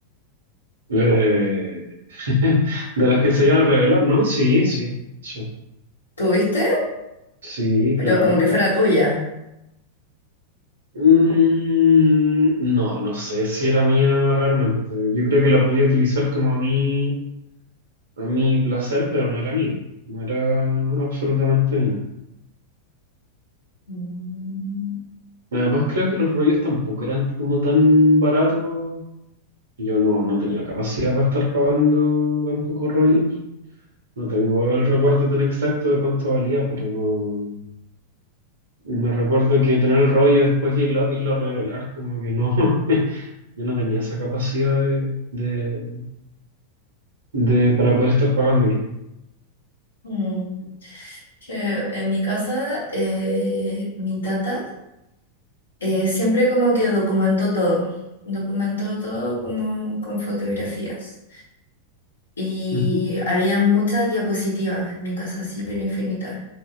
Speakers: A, on the right (about 65°); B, on the left (about 75°).
A: Eh, <laughs> de las que se iban a revelar, ¿no? Sí, sí, eso
B: ¿Tuviste?
A: sí,
B: pero
A: claro.
B: como que fuera tuya.
A: Mm, no, no sé si era mía realmente. Yo creo que la podía utilizar como a mí, a mi placer, pero no era mía. No era absolutamente mía.
B: Mm.
A: Además, creo que los rollos tampoco eran como tan baratos. Yo no, no tenía capacidad para estar pagando tampoco rollos. No tengo el recuerdo tan exacto de cuánto valía, pero no. Me recuerdo que tener el rollo y después irlo, irlo a revelar, como que no, <laughs> yo no tenía esa capacidad de, de, de- para poder estar pagándolo.
B: Mm, Que en mi casa, eh, mi tata eh, siempre como que documentó todo, documentó todo como con fotografías. Y
A: Ujú.
B: había muchas diapositivas en mi casa, así, pero infinitas.